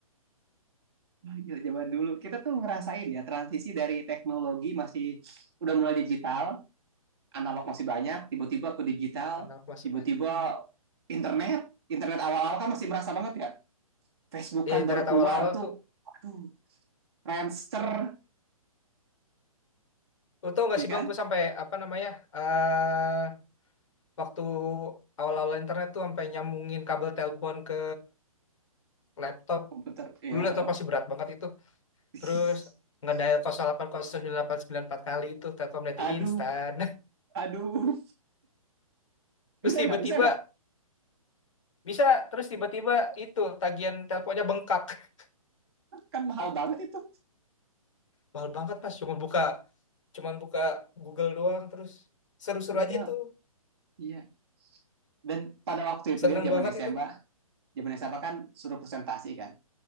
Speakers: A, on the right (about 45°); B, on the left (about 55°).
A: Wah, gila, zaman dulu kita tuh ngerasain ya transisi dari teknologi masih udah mulai digital analog masih banyak tiba-tiba ke digital
B: Anak mas
A: tiba-tiba
B: banyak.
A: internet internet awal-awal kan masih merasa banget ya Facebook
B: Iya,
A: kan
B: internet
A: baru keluar
B: awal-awal
A: tuh
B: tuh.
A: aduh Friendster
B: Lu tau gak
A: ya
B: sih
A: kan
B: Bang, gue sampai apa namanya? eh waktu awal-awal internet tuh sampai nyambungin kabel telepon ke laptop.
A: komputer ya
B: Dulu laptop pasti berat banget itu.
A: <laughs>
B: Terus ngedial 08 09 94 kali itu Telkomnet
A: aduh
B: instan.
A: aduh
B: <laughs> Terus
A: Bisa
B: tiba-tiba
A: nggak? Bisa nggak?
B: bisa terus tiba-tiba itu tagihan teleponnya bengkak. <laughs>
A: Kan mahal banget itu.
B: Mahal banget pas cuman buka cuman buka Google doang terus seru-seru
A: Iya,
B: aja itu.
A: iya. Dan pada waktu itu
B: Seneng
A: ya, zaman
B: banget itu.
A: SMA, zaman SMA kan suruh presentasi kan.